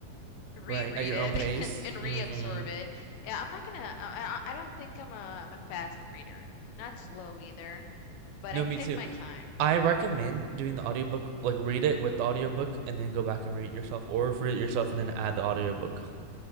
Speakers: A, on the left (about 80°); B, on the right (about 80°).
A: reread
B: right at your
A: it
B: own pace.
A: <laughs> and, and reabsorb
B: Mm-hmm.
A: it. Yeah, I'm not gonna I, I I don't think I'm a I'm a fast reader. Not slow either, but
B: No,
A: I take
B: me too.
A: my time.
B: I recommend doing the audiobook, like read it with the audiobook and then go back and read it yourself, or read it yourself and then add the audiobook